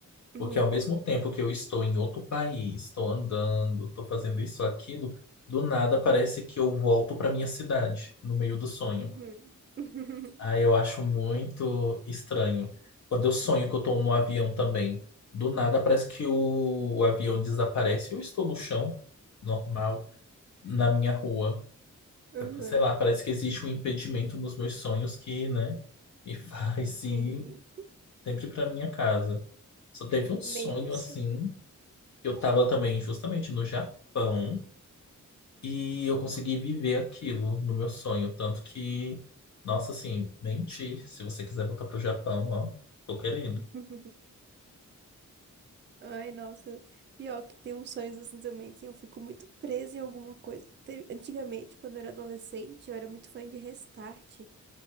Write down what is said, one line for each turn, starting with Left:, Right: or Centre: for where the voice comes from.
Right: Uhum,
Left: Porque ao mesmo tempo que eu estou em outro país, estou andando, estou fazendo isso, aquilo, do nada parece que eu volto para minha cidade, no meio do sonho.
Right: uhum. <laughs>
Left: Ah, eu acho muito estranho. Quando eu sonho que eu tô no avião também, do nada parece que o, o avião desaparece. e Eu estou no chão, normal, na minha rua.
Right: Uhum.
Left: Sei lá, parece que existe um impedimento nos meus sonhos que, né, me <laughs> faz ir
Right: Sim,
Left: sempre pra minha casa. Só teve um sonho
Right: nem no sonho.
Left: assim, que eu tava também justamente no Japão. E eu consegui viver aquilo no meu sonho. Tanto que, nossa, assim, menti. Se você quiser voltar pro Japão, ó, tô querendo.
Right: <laughs> Ai, nossa. Pior que tem uns sonhos assim também que eu fico muito presa em alguma coisa. Te- Antigamente, quando eu era adolescente, eu era muito fã de Restart.